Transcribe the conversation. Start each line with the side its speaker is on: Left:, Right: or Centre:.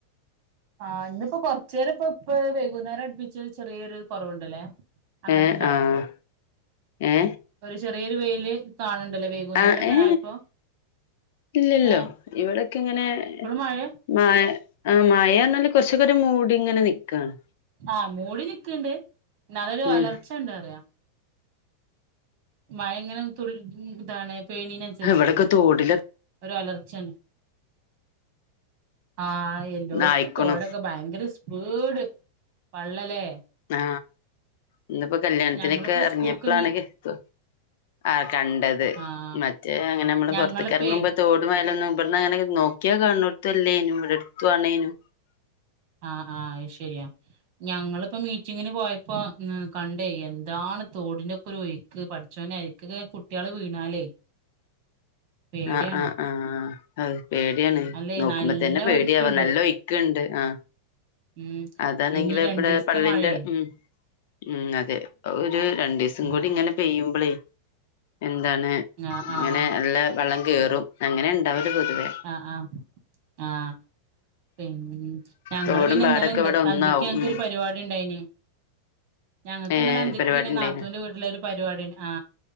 Right: ആ ഇന്നിപ്പോ കൊറച്ചു നേരം ഇപ്പൊ ഇപ്പ വൈകുന്നേരം അടുപ്പിച്ച ചെറിയൊരു കുറവുണ്ടല്ലേ അങ്ങോട്ട്
Left: ഏ
Right: ഉണ്ടോ
Left: ആഹ് ഏ
Right: ഒരു ചെറിയൊരു വോയില് കാണണ്ടല്ലേ വൈകുന്നേരം
Left: ആ
Right: എങ്ങനെ
Left: ഏ
Right: ആയപ്പോ
Left: ഇല്ലല്ലോ
Right: ഏഹ്
Left: ഇവിടെക്കെ ഇങ്ങനെ
Right: ഇപ്പളും മഴ
Left: മ ആ മഴ എന്നാല് കുറച്ചുകൂടെ മൂടി ഇങ്ങനെ നൽക്കുവാണ്
Right: ആഹ് മൂടി നിക്കണ്ട് നല്ലൊരു
Left: ഉം
Right: അലർച്ച ഉണ്ട് അറിയാം മഴ ഇങ്ങനെ തുളളി ഇതാണ് പേയീണനുസരിച്ചേ
Left: ഇവിടൊക്കെ തോടില്
Right: ഒരു അലർച്ചാണ് ആ എല്ലോടത്തും
Left: ആയിക്കണു
Right: തോടൊക്കെ ഭയങ്കര സ് വീട് പള്ളലേ
Left: ആ ഇന്നിപ്പോ കല്യാണത്തിനൊക്കെ
Right: ഞങ്ങളിപ്പോ
Left: ഇറങ്ങിയപ്പോഴാണ്
Right: സ്കൂൾക്ക് മീ
Left: കീത് ആ കണ്ടത്
Right: ആഹ്
Left: മറ്റേ അങ്ങനെ നമ്മള്
Right: ഞങ്ങളിപ്പേ
Left: പുറത്തക്ക് ഇറങ്ങുമ്പോ തോടുമായലൊന്നും ഇവിട അങ്ങനെ നോക്കിയാ കാണ്ണോടത്തല്ലേനും ഇവിടെടുത്തു ആണേനും
Right: ആ ആ ശരിയാ ഞങ്ങളിപ്പോ മീറ്റിങ്ങിന് പോയപ്പോ ഇന്ന് കണ്ടേയ് എന്താണ് തോടിന്റെ ഒക്കെ ഒരു ഒഴ് ക്ക് പടച്ചോനെ അരിക്ക് കുട്ടികള് വീണാലേ പേടിയാണ്
Left: ആഹ് ആഹ് ആഹ് ഹ് പേടിയാണ്
Right: അല്ലേ
Left: നോക്കുമ്പോതോന്
Right: നല്ല
Left: പേടിയവാ
Right: ഒഴുക്കുണ്ട്
Left: നല്ല ഒഴി ഒഴിക്ക ഉണ്ട് ആ
Right: ഉം
Left: അതാണെങ്കില
Right: ഇനി രണ്ടീസത്തെ
Left: ഇവിടെ പള്ളിന്റെ
Right: മഴയേ
Left: ഉം ഉം അതെ ഒരു രണ്ടു ദിവസം
Right: ഉം
Left: കൂടി ഇങ്ങനെ പെയ്യുമ്പോളേ എന്താണ്
Right: ആഹ്
Left: ഇങ്ങനെ
Right: ആഹ്
Left: നല്ല വെള്ളം കേയറും അങ്ങനെ ഉണ്ടാവല് പൊതുവേ
Right: ആ ആ ആഹ പിന്ന ഞങ്ങള്
Left: തോടും
Right: പിന്നൊ
Left: പാടൊക്കെ
Right: ഇന്നലെ എന്തൊ
Left: ഇവിടെ ഒന്നാവും
Right: അന്തിക്ക് ഞങ്ങക്ക്
Left: ഉം
Right: പരിപാടി ഉണ്ടായിന് ഞങ്ങൾക്ക്
Left: ഏഹ്
Right: ഇന്നല്ലെ അന്തിക്ക്
Left: പരിപാടി
Right: പിന്നെ
Left: ഇണ്ടായിനോ
Right: നാത്തൂന്റെ വീട് ഒരു പരിപാടി ആ